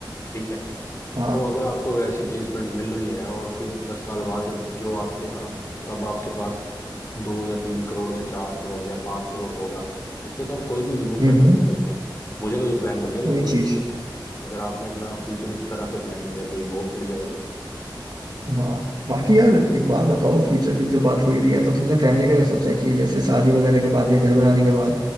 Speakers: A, on the left (about 35°); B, on the right (about 60°).
A: ठीक है
B: हाँ
A: तो अगर आपको वैसी प्लेसमेंट मिल रही है और फिर दस साल बाद जब जो आपके आप अब आपके पास दो या तीन करोड़ या चार करोड़ या पांच करोड़ होगा उससे तो आप कोई भी बिजनेस
B: हम्म
A: सेटअप
B: हम्म
A: कर सकते हैं मुझे तो ये प्लान बढ़िया लगा
B: वही
A: भाई
B: चीज
A: ये अगर आपने अपना फ्यूचर इस तरह से प्लान किया तो ये बहुत बढ़िया भाई
B: हाँ बाकी यार एक बात बताओ फ्यूचर की जब बात हो ही रही है तो तुमने फैमिली का क्या सोचा है कि जैसे शादी वगैरह के बाद या घर बनाने के बाद